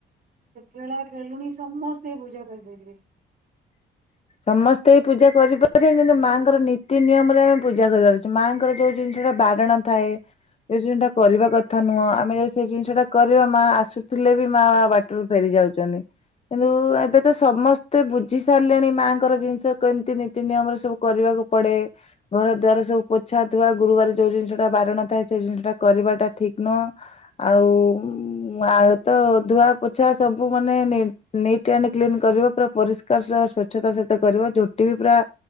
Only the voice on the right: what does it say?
କେଳା କେଲୁଣି ସମସ୍ତେ ପୂଜା କରିପାରିବେ।